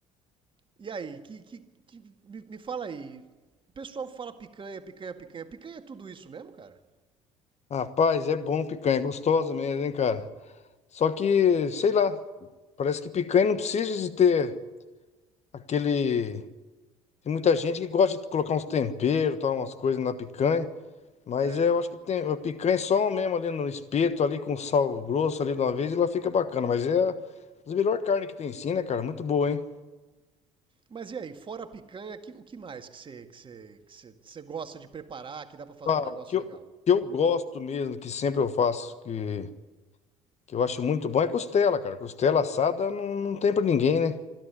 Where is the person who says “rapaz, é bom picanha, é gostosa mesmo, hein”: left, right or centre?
Left